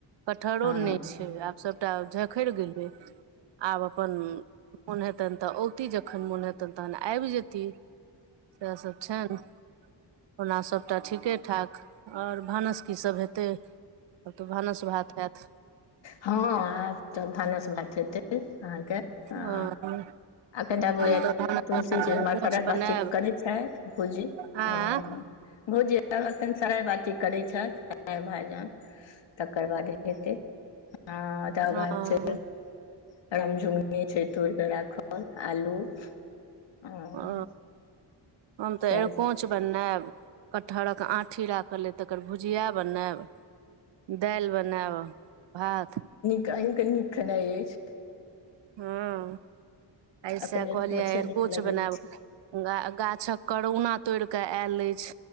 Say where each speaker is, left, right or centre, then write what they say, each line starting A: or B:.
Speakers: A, on the right; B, on the left.
A: कटहरो
B: हँ
A: नहि छैय आब सभटा झखरि गेलै आब अ पन मोन हेतनि तऽ औती जखन मोन हेतनि तखन आबि जेती। सएह सब छैन। ओना सभटा ठीके ठाक आओर भानस की सभ हेतै। आब तऽ भानस भात हयैत।
B: हँ आब तऽ भानस भात खेतै अहाँके हँ।
A: हम
B: आखनि तऽब
A: तऽ भानस
B: तुलसी
A: बनायब अरिकोंच
B: चमार सारा
A: बनायब
B: बातचीत करै छै भूजी
A: आँ
B: हँ। भोजी एखन सराय बाटी करै छैथ सराइ भाजन। तकर बादे हेतै ह तकर
A: अ
B: बाद फेर रम झुगनी छैय तोड़िके राखल आलू हँ
A: ओ हम त
B: सएह
A: अरकोच बनैब कटहरक आँठी राख ल अय तकर भुजिया बनैब दाइल बनैब भात
B: त अहींके नीक खेनाइ अछि।
A: हँ आय
B: अखन
A: सेह
B: अरिकोंचे
A: कहलियै आय अरिकोंच
B: नीक लगै
A: बनैब।
B: छै
A: गा गाछक करोना तोइड़ कऽ आयल अइछ।